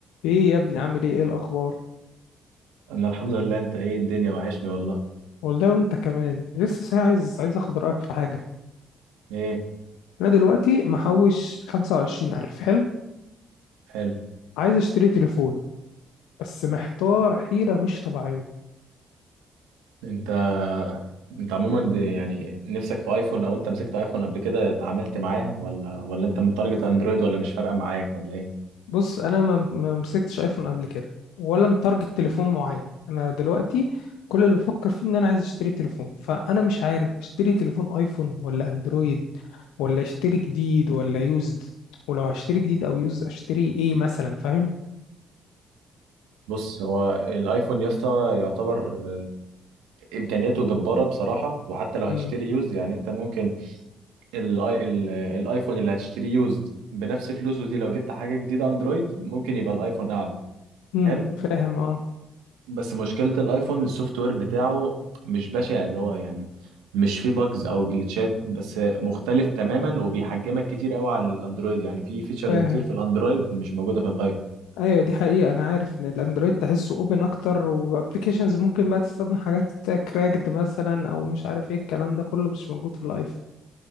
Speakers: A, on the left (about 80°); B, on the right (about 85°).
A: ايه يا ابني عامل ايه ايه الاخبار
B: انا الحمد لله انت ايه الدنيا وحشني والله
A: والله وانت كمان لسه صحيح عايز عايز اخد رايك في حاجه
B: ايه
A: انا دلوقتي محوش 25000 حلو
B: حلو
A: عايز اشتري تليفون بس محتار حيره مش طبيعيه
B: انت انت عموما ب... يعني نفسك في ايفون او انت مسكت ايفون قبل كده اتعاملت معاه ولا ولا انت متارجت اندرويد ولا مش فارقه معاك ولا ايه
A: بص انا ما ما مسكتش ايفون قبل كده ولا متارجت تليفون معين انا دلوقتي كل اللي بفكر فيه ان انا عايز اشتري تليفون فانا مش عارف اشتري تليفون ايفون ولا اندرويد ولا اشتري جديد ولا يوزد ولو هشتري جديد او يوزد اشتري ايه مثلا فاهم
B: بص هو الايفون يا اسطى يعتبر آه، امكانياته جباره بصراحه وحتى لو هتشتري
A: امم
B: يوز يعني انت ممكن الاي... ال... الايفون اللي هتشتري يوز بنفس فلوسه دي لو جبت حاجه جديده اندرويد ممكن يبقى الايفون اعلى
A: امم
B: حلو
A: فاهم اه
B: بس مشكلة الايفون السوفت وير بتاعه مش بشع اللي هو يعني مش فيه باجز او جلitchات بس مختلف تماما وبيحجمك كتير قوي عن الاندرويد يعني في فيتشرز
A: فاهم
B: كتير في الاندرويد مش موجودة في الايفون
A: ايوه دي حقيقة انا عارف ان الاندرويد تحسه اوبن اكتر وابلكيشنز ممكن بقى تستخدم حاجات كراكد مثلا او مش عارف ايه الكلام ده كله مش موجود في الايفون